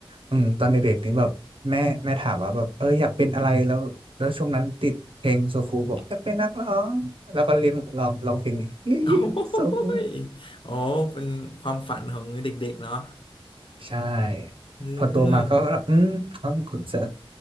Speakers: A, on the right; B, on the left.
A: อืมตอนเด็กๆนี้แบบแม่แม่ถามว่าแบบเอออยากเป็นอะไรแล้วแล้วช่วงนั้นติดเพลงโซคูบอกอยากเป็นนักร้องแล้วก็เรียนร้องร้องเพลงนี้เลี้ยงส่ง
B: <laughs> โอ้ยโอเป็นความฝันของเด็กๆเนาะ
A: <laughs> ใช่
B: เอ
A: พอโตมาก็อืมเขาเสีย
B: อ